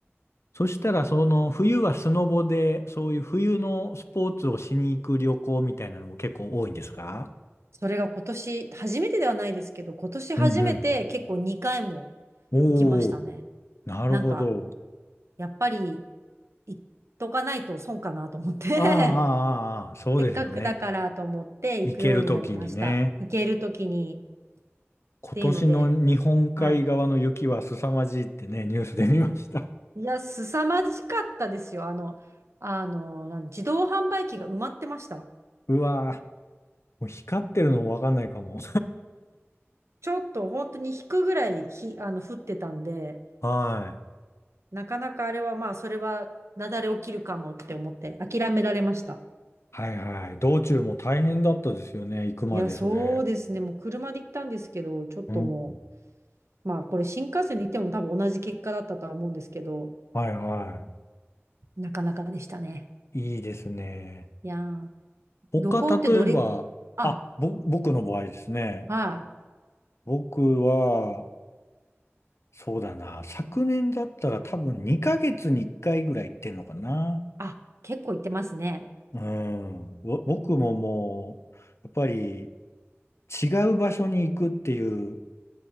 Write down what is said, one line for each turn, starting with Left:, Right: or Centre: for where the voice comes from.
Left: そしたら、その冬はスノボで、そういう冬のスポーツをしに行く旅行みたいなのも結構多いんですか
Right: それが今年、初めてではないですけど、今年初めて結構2回も
Left: うんうん。お
Right: 行きましたね。
Left: お、なるほど。
Right: なんか、やっぱり行っとかないと損かなと思って
Left: ああ、ああ、ああそうですよね。
Right: <laughs> せっかくだからと思って行くようになりました。
Left: 行けるときにね。
Right: 行けるときにっていうので、
Left: 今年の日本海側の雪は凄まじいってね、
Right: はい。
Left: ニュースで見ました。
Right: いや、凄まじかったですよ。あの、あの、なん自動販売機が埋まってました。
Left: <laughs> うわーもう光ってるのもわかんないかも。
Right: ちょっと本当に引くぐらいひ、あの、降ってたんで、
Left: <laughs> はい。
Right: なかなかあれはまあ、それは雪崩起きるかもって思って諦められました。
Left: はいはい。道中も大変だったですよね。行くまでそれ。
Right: いや、そうですね。もう車で行ったんですけど、ちょっとも
Left: うん
Right: う、まあ、これ新幹線で行っても多分同じ結果だったとは思うんですけど、
Left: はいは
Right: なかなかでしたね。
Left: い。いいですね。
Right: いやー、旅行ってどれ、
Left: 他、例えば、
Right: あ、
Left: あ、ぼ、僕の場合ですね。
Right: はい。
Left: 僕は、そうだな。昨年だったら多分2ヶ月に1回ぐらい行ってんのかな。
Right: あ、結構行ってますね。
Left: うん。ぼ僕ももう、やっぱり違う場所に行くっていう、